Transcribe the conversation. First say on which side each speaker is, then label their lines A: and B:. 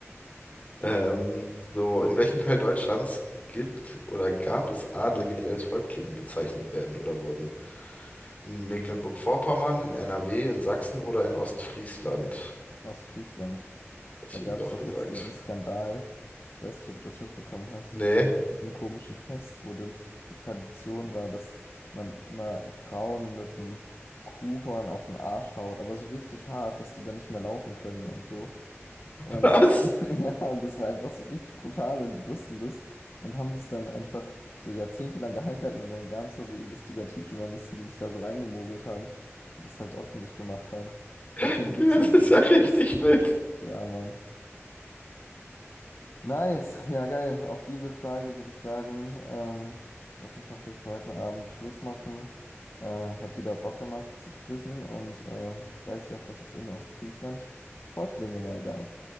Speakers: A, on the left; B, on the left.
A: Ähm, so, in welchem Teil Deutschlands gibt oder gab es Adlige, die als Häuptlinge bezeichnet werden oder wurden? In Mecklenburg-Vorpommern, in NRW, in Sachsen oder in Ostfriesland?
B: <laughs> Ostfriesland.
A: Hätte
B: Da
A: ich
B: gab
A: irgendwie
B: es
A: auch
B: doch
A: gesagt.
B: jetzt diesen Skandal, ich weiß nicht, ob du das mitbekommen hast,
A: Nee.
B: mit diesem komischen Fest, wo denn die Tradition war, dass man immer Frauen mit dem Kuhhorn auf den Arsch haut, aber so richtig hart, dass die dann nicht mehr laufen können und so. Und
A: Was?
B: <laughs> ja, und das war einfach so richtig brutal und die wussten das und haben das dann einfach so jahrzehntelang geheim gehalten und dann gab es da so Investigativjournalisten, die sich da so reingemogelt haben und das halt öffentlich gemacht haben. Seitdem
A: <laughs>
B: gibt
A: das
B: es jetzt
A: ist
B: dieses
A: ja richtig
B: Fest.
A: wild.
B: Ja, Mann. Nice, ja geil. Auf diese Frage würde ich sagen, ähm, lass uns mal vielleicht für heute Abend Schluss machen. Äh, hat wieder Bock gemacht zu quizzen und äh, jetzt weiß ich auch, dass es in Ostfriesland Häuptlinge mal gab.